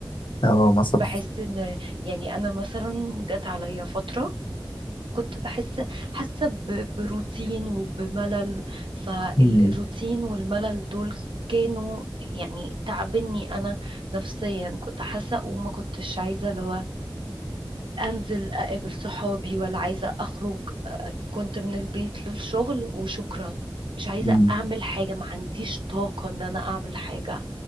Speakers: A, on the left; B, on the right.
A: اه مثلا
B: بحس إن يعني أنا مثلا جت عليا فترة كنت بحس حاسة ب- بروتين وبملل فالروتين
A: مم،
B: والملل دول كانوا يعني تعبني أنا نفسيا كنت حاسة وما كنتش عايزة اللي هو أنزل أقابل صحابي ولا عايزة أخرج كنت من البيت للشغل وشكرا مش عايزة
A: مم،
B: أعمل حاجة ما عنديش طاقة إن أنا أعمل حاجة